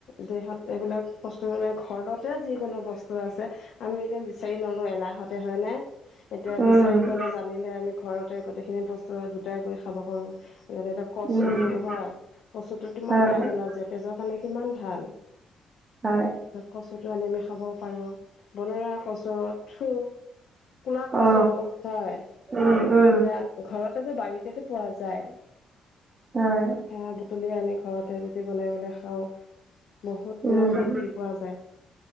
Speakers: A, on the left; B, on the right.
A: দেহত এইবিলাক বস্তু মানে ঘৰত তে যিকোনো বস্তু আছে, আমি এতিয়া বিচাৰি নলওঁ এলাহতে। হয়নে? এতিয়া
B: উম
A: বিচাৰি ল'লে জানিলে আমি ঘৰতে গোটেইখিনি বস্তু গোটাই কৰি খাব পাৰোঁ। <unintelligible> কচুটো
B: উম
A: হয়, কচুটো কিমান
B: হয়
A: আইৰন আছে তেজৰ মানে কিমান ভাল
B: হয়
A: কচুটো আনি আমি খাব পাৰোঁ, বনৰীয়া কচু থুৰ, কোলা কচু
B: অ
A: হয়।
B: উম উম।
A: এতিয়া ঘৰতেটো বাৰীতেটো পোৱা যায়
B: হয়
A: সেয়া বুটলি আনি ঘৰতে যদি বনাই পেলাই খাওঁ, বহুত মানে
B: উম
A: শক্তি পোৱা যায়।